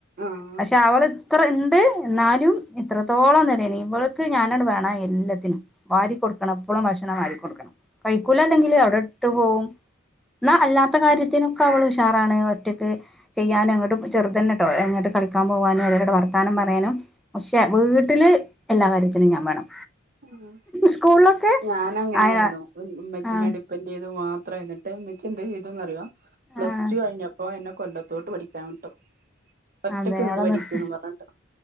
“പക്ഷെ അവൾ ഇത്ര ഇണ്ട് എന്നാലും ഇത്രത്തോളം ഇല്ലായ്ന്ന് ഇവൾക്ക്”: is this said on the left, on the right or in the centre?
Centre